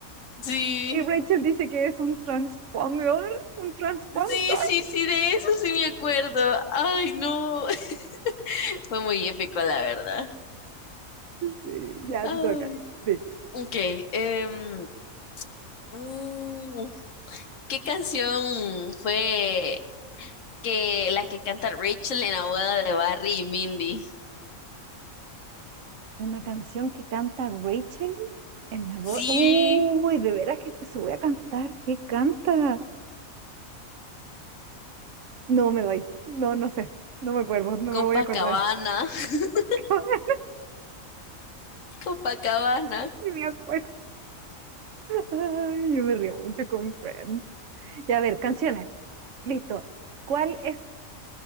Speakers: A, on the left; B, on the right.
A: Sí.
B: Y Rachel dice que es un transpondedor, un transponstar.
A: Sí, sí, sí, de eso sí me acuerdo. Ay, no. <laughs> Fue muy épico, la verdad.
B: Sí, ya te
A: Ay.
B: toca. Sí.
A: Ok. em, uh, ¿qué canción fue que la que canta Rachel en la boda de Barry y Mindy?
B: Una canción que canta Rachel en la voz.
A: Sí,
B: Uy, de veras que se sube a cantar. ¿Qué canta? No me doy. No, no sé. No me acuerdo. No me
A: Copacabana.
B: voy a acordar.
A: <laughs>
B: <laughs>
A: Copacabana.
B: Ni me acuerdo. Ay, yo me río mucho con Friends. Ya a ver, canciones. Listo. ¿Cuál es